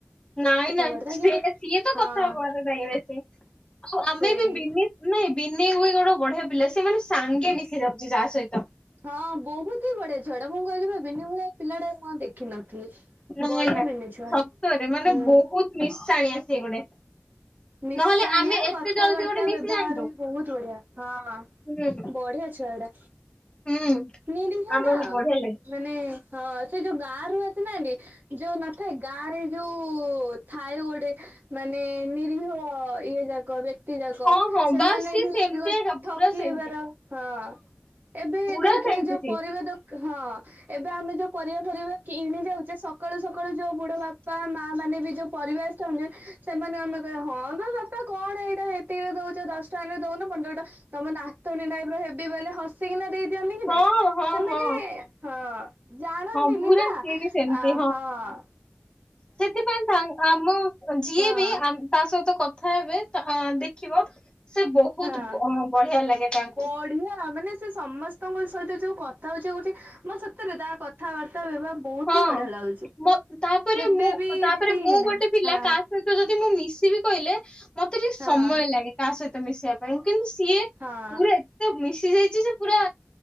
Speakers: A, on the left; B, on the right.
A: ନାଇଁ
B: କଥାବାର୍ତ୍ତା
A: ନାଇଁ ସିଏ
B: କିନ୍ତୁ
A: ସିଏ ତ
B: ହଁ
A: କଥା ହବାର ନାହିଁ ଆସିକି ଆଉ ଆମେ
B: ସେଇ
A: ବି ବିନି <unintelligible> ନାଇଁ ବିନି ବି ଗୋଟେ ବଢିଆ ପିଲା ସେମାନେ ସାଙ୍ଗେ ମିଶି ଯାଉଚି ଯାହା ସହିତ।
B: ହଁ ବୋହୁତ ହି ବଢିଆ ଛୁଆଟା ମୁଁ କହିଲି ପା ବିନି ଭଳିଆ ପିଲାଟାକୁ ମୁଁ ଅ ଦେଖିନଥିଲି।
A: <unintelligible>
B: ବଢିଆ ବିନି ଛୁଆଟା
A: ସତରେ ମାନେ
B: ହଁ।
A: ବୋହୁତ ମିଶାଣିଆ ସିଏ ଗୋଟେ।
B: ମିଶାଣିଆ
A: ନହେଲେ ଆମେ ଏତେ
B: କଥାବାର୍ତ୍ତା
A: ଜଲଦି ଗୋଟେ ମିଶି
B: ବେବହାର
A: ଯାଆନ୍ତୁ
B: ବି ବୋହୁତ ବଢିଆ ହଁ।
A: ହୁଁ
B: ବଢିଆ ଛୁଆଟା
A: ହୁଁ
B: ନିରୀହଟା
A: ଆମର
B: ଆଉ।
A: ବଢିଆ ଲାଗେ।
B: ମାନେ ହଁ ସେ ଯୋଉ ଗାଁରୁ ଆସିନାଆନ୍ତି ଯୋଉ ନଥାଏ ଗାଁରେ ଯୋଉ ଥାଏ ଗୋଟେ ମାନେ ନୀ ରିହ ଇଏ ଯାକ ବେ ତି ଯାକ
A: ହଁ ହଁ
B: ସେମାନେ
A: ବାସ୍ ସିଏ
B: ହିଁ
A: ସେମିତିଆ
B: ଅଧିକ
A: ଏକା
B: ଠକି
A: ପୁରା ସେମିତି
B: ହେବାର ହଁ। ଏବେ
A: ପୁରା
B: ଦେଖେ
A: ସେମିତି
B: ଯୋଉ
A: ସିଏ
B: ପରିବା ଦୋକ୍ ହଁ ଏବେ ଆମେ ଯୋଉ ପରିବା ଫରିବା କିଣି ଯାଉଚେ ସ ସକାଳୁ ସକାଳୁ ଯୋଉ ବୁଢା ବାପା ମା ମାନେ ବି ଯୋଉ ପରିବା ଆସିଥାନ୍ତି ସେମାନେ ଆମେ କହିଆ ହଁ ହଁ ବେ ବାପା କଣ ଏଇଟା ଏତିକିରେ ଦଉଚ ଦଶ ଟଙ୍କାରେ ଦଉନ ପନ୍ଦର ଟଙ୍କା ତମ ନାତୁଣୀ ଟାଇପର ହେବି ବେଲେ ହସିକିନା ଦେଇଦିଅନ୍ ନିକି
A: ହଁ
B: ନାଇ
A: ହଁ
B: ସେମାନେ
A: ହଁ
B: ହଁ ଜାଣନ୍ତିନି
A: ହଁ ପୁରା
B: ନା ଆ
A: ସିଏ ବି ସେମିତି
B: ହଁ। ‌
A: ସେଥିପାଇଁ ତାଙ୍କ୍ ଆମ ଯିଏ
B: ହଁ
A: ବି ଆମ୍ ତା ସହିତ କଥା ହେବେ ତା ଆଁ ଦେଖିବ ସିଏ ବୋହୁତ
B: ହଁ
A: ବ ବଢିଆ ଲାଗେ ତାଙ୍କୁ।
B: <unintelligible> ମାନେ ସିଏ ସମସ୍ତଙ୍କ ସହିତ ଯୋଉ କଥା <unintelligible> କରୁଛି ମତେ ସତେରେ ତା କଥାବାର୍ତ୍ତା <unintelligible> ବହୁତ
A: ହଁ।
B: ହି ବଢିଆ ଲାଗୁଛି।
A: ମ ତାପରେ
B: କେବେ
A: ମୁଁ
B: ବି
A: ତାପରେ
B: ଏମତି
A: ମୁଁ
B: ଇ ନାହିଁ।
A: ଗୋଟେ
B: ହଁ।
A: <unintelligible> ଯଦି ମୁଁ ମିଶିବି କହିଲେ, ମତେ ଟିକେ ସମୟ
B: ହଁ
A: ଲାଗେ। କାହା ସହିତ ମିଶିବା ପାଇଁ କିନ୍ତୁ ସିଏ
B: ହଁ
A: ପୁରା ଏତେ ମିଶି ଯାଇଛି। ଯେ ପୁରା